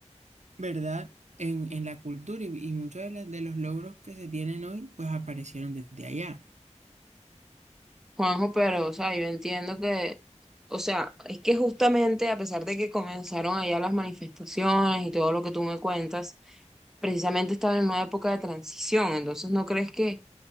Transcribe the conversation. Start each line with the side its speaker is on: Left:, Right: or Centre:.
Right: ¿verdad? En, en la cultura y, y muchos de, las- de los logros que se tienen hoy, pues aparecieron desde allá.
Centre: Juanjo, pero, o sea, yo entiendo que, o sea, es que justamente a pesar de que comenzaron allá las manifestaciones y todo lo que tú me cuentas, precisamente estaba en una época de transición, entonces ¿no crees que